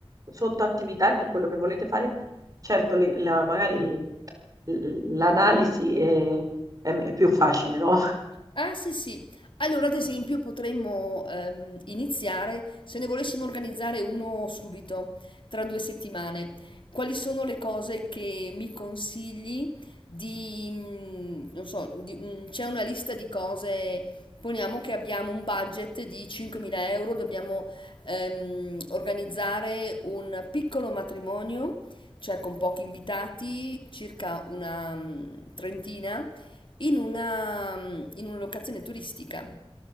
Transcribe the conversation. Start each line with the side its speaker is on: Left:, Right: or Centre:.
Right: sottoattività di quello che volete fare, certo, le- la- magari l- l'analisi è, è- è più facile, no?
Left: Ah sì sì, allora ad esempio potremmo ehm, iniziare se ne volessimo organizzare uno subito, tra due settimane. Quali sono le cose che mi consigli di, mm, non so, di- mm, c'è una lista di cose, poniamo che abbiamo un budget di 5.000 euro, dobbiamo ehm, organizzare un piccolo matrimonio, cioè con pochi invitati, circa una mm, trentina in una, mm, in una locazione turistica.